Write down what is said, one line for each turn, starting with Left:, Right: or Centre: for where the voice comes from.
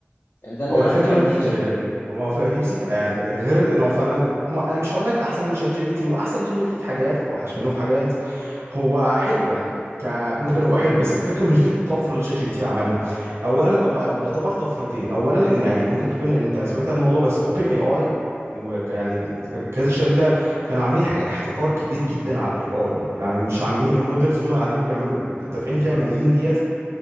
Left: يعني ده اللي
Right: هو
Left: انا
Right: الفكره
Left: عرفته عن
Right: في
Left: ديب سيك
Right: ما هو في ديب سيك يعني غير ده ان هو فعلا ما- انا مش هقول لك احسن من شات جي بي تي هو احسن من شات جي بي تي في حاجات واوحش منه في حاجات هو حلو يعني كموديل هو حلو بس الفكره مش دي الطفره اللي شات جي بي تي عملها اولا هم يعتبر طفرتين اولا ان يعني ممكن تكون انت سمعت عن الموضوع بس اوبن اي اي ويعني كذا شركه كانوا عاملين حاجه احتكار كبير جدا على الاي اي يعني مش عاملين المودلز هم قاعدين بيعملوا دافعين فيها ملايين ديت